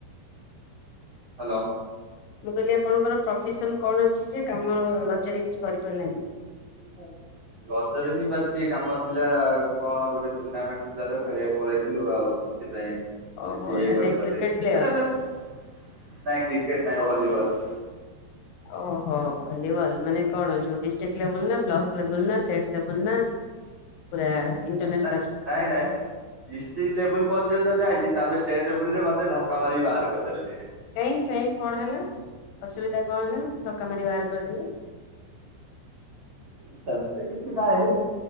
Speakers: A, on the right; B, on the left.
A: ହ୍ୟାଲୋ।
B: ମୁଁ କହିଲି ଆପଣଙ୍କର ପ୍ରଫେସନ କଣ ଅଛି ଯେ କାମ ରଜରେ କିଛି କରିପାରିଲେନି।
A: ସେଠ ସାର୍ ରଜରେ ହିଁ ପାସ୍ ଟିକେ କାମ ଥିଲା କଣ ଗୋଟେ ଟୁର୍ଣ୍ଣାମେଣ୍ଟ ଥିଲା ତ ଖେଳିବାକୁ ପଳେଇଥିଲୁ ଆଉ। ସେଥିପାଇଁ
B: ଓହୋ
A: କିଛି ଇଏ
B: ତାହେଲେ
A: କରିପାରିଲେ
B: କ୍ରିକେଟ ପ୍ଲେୟର
A: ସେଟା ବାସ ନାଇଁ କ୍ରିକେଟ ନାଇଁ ଭଲିବଲ
B: ଓହୋ। ଭଲିବଲ୍ ମାନେ କଣ ଯୁ ଡିଷ୍ଟ୍ରିକ୍ଟ ଲେବୁଲ ନା ବ୍ଲକ ଲେବୁଲ ନା ଷ୍ଟେଟ୍ ଲେବୁଲ ନା ପୁରା ଇଣ୍ଟରନ୍ୟାସନାଲ
A: ନାଇଁ ନାଇଁ ନାଇଁ ଦିଷ୍ଟିକ ଲେବୁଲ ପର୍ଯ୍ୟନ୍ତ ଯାଇଚି। ତାପରେ ଷ୍ଟେଟ ଲେବୁ ରେ ମେ ଧକ୍କା ମାରିହାରିକି କରିଦେଲେ। ବାହାର
B: କାଇଁ କାଇଁ କଣ ହେଲା ଅସୁବିଧା କଣ ହେଲା? ଧକ୍କା ମାରି ବାହାର କରିଦେଲେ
A: ସେମିତି କିଛି ନାହିଁ।